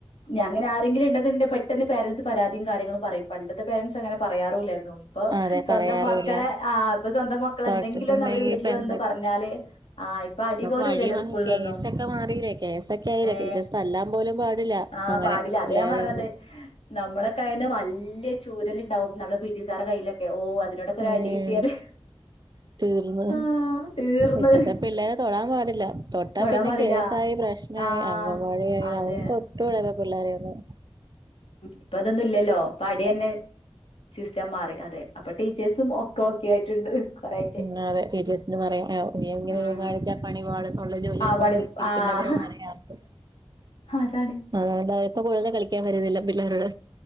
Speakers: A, on the left; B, on the right.
A: ഞങ്ങനെ ആരെങ്കിലും ഉണ്ടെന്നുണ്ടേ പെ ട്ടെന്ന് പേരന്റ്സ് പരാതിയും കാര്യങ്ങളും പറയും പണ്ടത്തെ പാരന്റ്സ് അങ്ങനെ പറയാറൂല്ലാരു ഇപ്പൊ
B: അതെ
A: സ്വന്തം
B: പറയാറുല്ല
A: മക്കളെ ആ ഇപ്പൊ സ്വന്തം മക്കള
B: തൊട്ടിട്ടുണ്ടെങ്കി
A: എന്തെങ്കിലൊന്ന് അവര് വീട്ടിൽ
B: ഇപ്പൊ
A: വന്ന്
B: എന്ത
A: പറഞ്ഞാല് ആ ഇപ്പൊ അടിപോലുംഇല്ലല്ലോ
B: നമുക്ക് വഴി വന്ന്
A: സ്കൂളിലൊന്നും
B: കേസൊക്കെ മാറിയില്ലേ കേസൊക്കെ ആയില്ലേ
A: ഏ
B: ടീച്ചേഴ്സ് തല്ലാൻ പോലും പാടില്ല
A: ആ
B: അങ്ങനെ
A: പാടില്ല അത
B: എല്ലാരും
A: ഞാൻ പറഞ്ഞത് നമ്മളൊക്കെ ആയന്ന് വല്യ ല് ചൂരല് ഉണ്ടാവും നമ്മള പി ടി സാറെ കയ്യിലൊക്കെ ഓ അതിനോടൊക്കെ ഒരു
B: ഉം
A: അടി കിട്ടിയാല്
B: തീർന്ന്
A: ആഹ് തീർന്ന്
B: ഇപ്പഴ്ത്തെ പിള്ളേരെ തൊടാൻ പാ <unintelligible> തൊട്ടാ
A: തൊടാൻ
B: പിന്നെ
A: പാടില്ല
B: കേസായി പ്രശ്നായി
A: ആഹ്
B: അങ്കവാടി ആയി
A: അതെ
B: അത് കൊണ്ട് തൊട്ടുട ഇപ്പോ പിള്ളോരെ ഒന്ന്
A: ഇപ്പ അതൊന്നും ഇല്ലല്ലോ അപ്പ അടി തന്നെ സിസ്റ്റം മാറി അതെ അപ്പൊ ടീച്ചേഴ്സും ഒക്ക ഒക്കെ ആയിട്ടുണ്ട് കൊറെയൊക്കെ
B: പിന്നെ അതെ ടീച്ചേഴ്സിന് പറയാ ആഹ് എങ്ങനെലും
A: ഉം
B: കാണിച്ചാ പണി പാളും <unintelligible>
A: ആഹ് പണി ആഹ് അതാണ്
B: <unintelligible> വരുന്നില്ല പിള്ളോരോട്